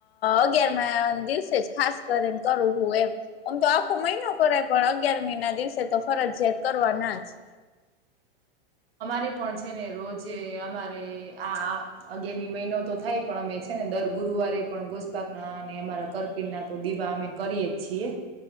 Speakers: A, on the left (about 85°); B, on the right (about 80°).
A: અગયાર મા દિવસે જ ખાસ કરીને કરું એમ આમ તો આખો મહિનો કરાય પણ અગિયારમી ના દિવસે તો ફરજિયાત કરવા ના જ
B: અમારે પણ છે ને રોજે અમારે આ અગિયારની મહિનો તો થાય પણ અમે છે ને દર ગુરુવારે પણ ગોસપાક ના અને અમારા કરપીણ ના તો દીવા અમે કરીએ છીએ